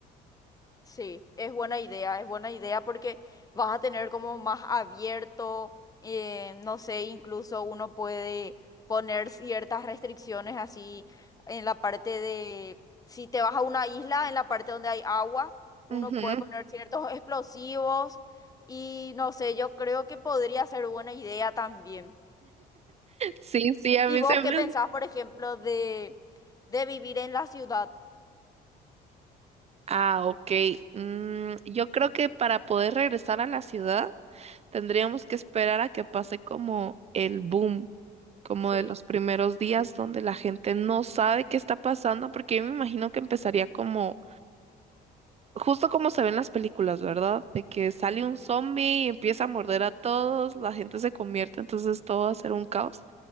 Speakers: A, on the left (about 20°); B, on the right (about 40°).
A: Sí, es buena idea, es buena idea porque vas a tener como más abierto, eh, no sé, incluso uno puede poner ciertas restricciones así en la parte de, si te vas a una isla, en la parte donde hay agua, uno
B: ujú,
A: puede poner ciertos explosivos y no sé, yo creo que podría ser buena idea también.
B: Sí, sí, a
A: ¿Y
B: mí
A: vos
B: se me...
A: qué pensás, por ejemplo, de, de vivir en la ciudad?
B: Ah, ok. Mm, yo creo que para poder regresar a la ciudad tendríamos que esperar a que pase como el boom, como
A: Sí,
B: de los primeros días donde la gente no sabe qué está pasando, porque yo me imagino que empezaría como, justo como se ven las películas, ¿verdad? De que sale un zombie
A: sí.
B: y empieza a morder a todos, la gente se convierte, entonces todo va a ser un caos.